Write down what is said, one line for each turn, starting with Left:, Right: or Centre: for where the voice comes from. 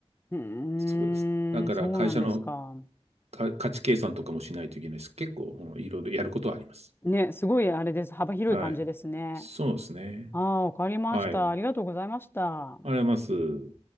Left: うーん、
Right: そうです。だから会社の
Left: そうなんですか。
Right: か価値計算とかもしないといけないです結構、うんいろいろやることはあります。
Left: ね、すごいあれです。幅広い感じですね。
Right: はい。そうですね。
Left: ああ、わかりました。
Right: はい。あり
Left: ありがとうございました。
Right: がとうございます。